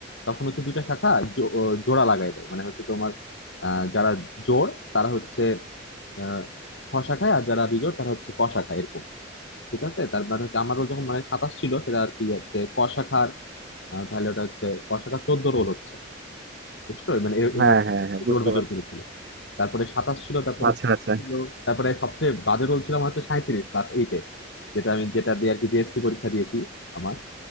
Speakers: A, on the left; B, on the right.
A: তখন হচ্ছে দুইটা শাখা জো- আহ, জোড়া লাগাই দেয় মানে হচ্ছে তোমার আহ, যারা জোড় তারা হচ্ছে আহ, খ শাখায় আর যারা বিজোড় তারা হচ্ছে ক শাখায় এরকম ঠিক আছে তার মানে হচ্ছে আমারও যখন মানে সাতাশ ছিল সেটা আর কি হচ্ছে ক শাখার আহ, তাহলে ওটা হচ্ছে ক শাখা চোদ্দ রোল হচ্ছে বুঝছো মানে এ- এভাবে
B: হ্যাঁ হ্যাঁ হ্যাঁ বুঝতে
A: জোর বিজোর
B: পারছি
A: করেছিল তারপরে সাতাশ ছিল তারপরে
B: আচ্ছা আচ্ছা
A: ছিল তারপরে সবচেয়ে বাজে রোল ছিল আমার হচ্ছে সাঁইত্রিশ ক্লাস এইটে যেটা আমি যেটা দিয়ে আর কি জিএসসি পরীক্ষা দিয়েছি আমার